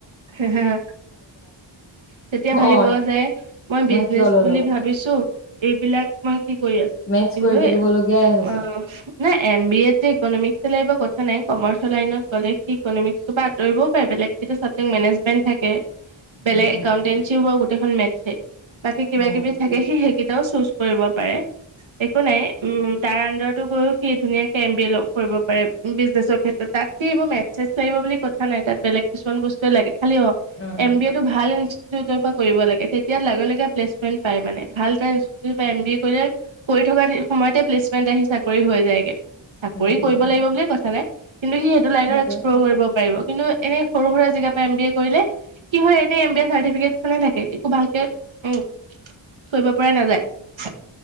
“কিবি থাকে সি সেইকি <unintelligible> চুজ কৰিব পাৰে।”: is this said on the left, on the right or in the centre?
Right